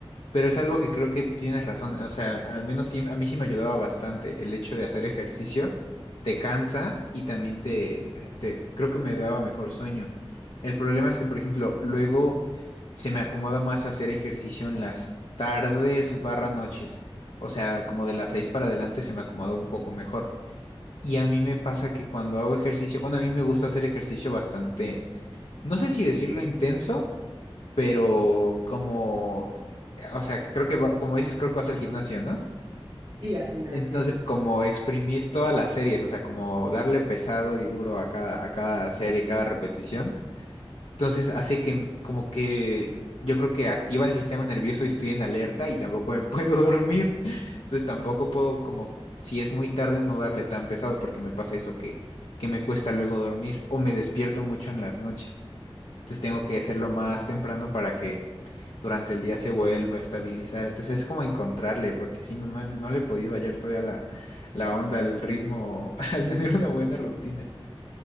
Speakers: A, on the left; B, on the right.
A: Pero es algo que creo que tienes razón, o sea, al menos sí, a mí sí me ayudaba bastante el hecho de hacer ejercicio, te cansa y también te, eh, te- creo que me daba mejor sueño. El problema es que, por ejemplo, luego se me acomoda más hacer ejercicio en las tardes barra noches, o sea, como de las seis para adelante se me acomoda un poco mejor. Y a mí me pasa que cuando hago ejercicio, bueno, a mí me gusta hacer ejercicio bastante, no sé si decirlo intenso pero como, o sea, creo que, va- como dices, creo que vas al gimnasio, ¿no?
B: Sí, al gimnasio.
A: Entonces, como exprimir todas las series, o sea, como darle pesado y duro a cada, a cada serie, cada repetición. Entonces, hace que como que yo creo que activa el sistema nervioso y estoy en alerta y tampoco me <laughs> puedo dormir. Entonces, tampoco puedo como, si es muy tarde, no darle tan pesado porque me pasa eso que, que me cuesta luego dormir o me despierto mucho en las noches. Entonces tengo que hacerlo más temprano para que durante el día se vuelva a estabilizar. Entonces es como encontrarle, porque si no, no, no le he podido hallar todavía la, la onda, el ritmo, <laughs> al tener una buena rutina.